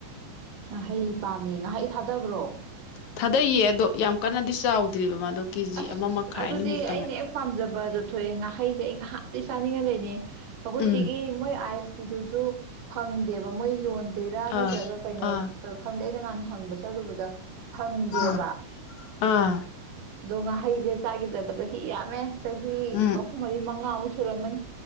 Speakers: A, on the right; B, on the left.
A: ꯉꯍꯩ ꯄꯥꯝꯃꯤ ꯉꯍꯩ ꯊꯥꯗꯕ꯭ꯔꯣ
B: ꯊꯥꯗꯩꯑꯌꯦ ꯑꯗꯣ ꯌꯥꯝ ꯀꯟꯅꯗꯤ ꯆꯥꯎꯗ꯭ꯔꯤꯕ ꯃꯥꯗꯣ ꯀꯦꯖꯤ
A: ꯑꯁ
B: ꯑꯃ ꯃꯈꯥꯏ
A: ꯑꯗꯨꯗꯤ
B: ꯑꯅꯤꯃꯨꯛꯇ
A: ꯑꯩꯅ
B: ꯉꯥꯏ
A: ꯌꯥꯝ ꯄꯥꯝꯖꯕ ꯑꯗꯨ ꯊꯣꯛꯑꯦ ꯉꯍꯩꯁꯦ ꯑꯩ ꯍꯥꯇ ꯆꯥꯅꯤꯡꯉꯥꯏ ꯂꯩꯅꯤ ꯑꯩꯈꯣꯏ
B: ꯎꯝ
A: ꯁꯤꯒꯤ ꯃꯣꯏ ꯑꯥꯏꯁ ꯀꯤꯗꯨꯁꯨ ꯐꯪꯗꯦꯕ ꯃꯣꯏ ꯌꯣꯟ ꯔꯥ
B: ꯑꯥ
A: ꯅꯠꯇ꯭ꯔꯒ ꯀꯩꯅꯣ
B: ꯑꯥ
A: ꯈꯪꯗꯦ ꯑꯩꯅ ꯅꯍꯥꯟ ꯍꯪꯕ ꯆꯠꯂꯨꯕꯗ ꯐꯪꯗꯦꯕ
B: ꯎꯝ ꯑꯥ
A: ꯑꯗꯣ ꯉꯥꯍꯩꯁꯦ ꯆꯥꯈꯤꯗꯕꯗꯣ ꯍꯤ ꯌꯥꯝꯃꯦ ꯆꯍꯤ
B: ꯎꯝ
A: ꯑꯍꯨꯝ ꯃꯔꯤ ꯃꯉꯥꯃꯨꯛ ꯁꯨꯔꯃꯟ